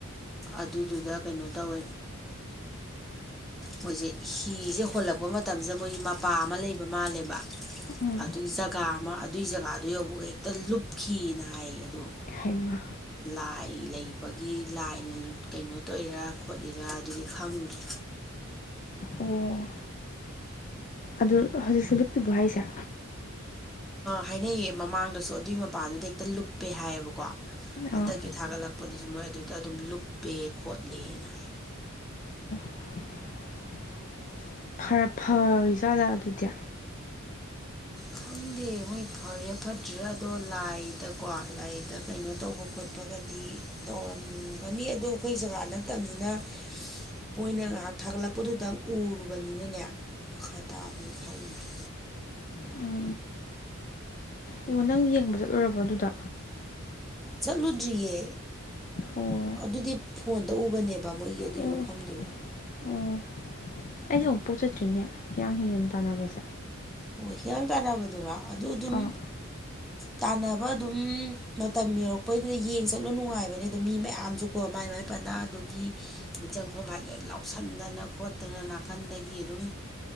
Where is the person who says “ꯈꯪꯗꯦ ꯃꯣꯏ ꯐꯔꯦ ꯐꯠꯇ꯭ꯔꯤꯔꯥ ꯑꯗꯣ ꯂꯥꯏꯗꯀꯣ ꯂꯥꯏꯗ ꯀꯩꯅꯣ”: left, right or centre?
Centre